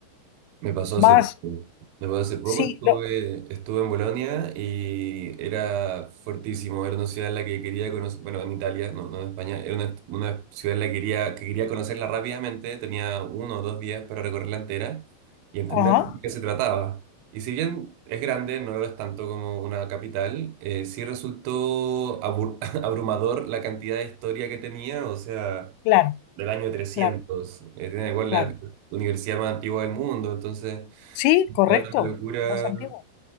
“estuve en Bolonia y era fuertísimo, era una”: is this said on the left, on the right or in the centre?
Right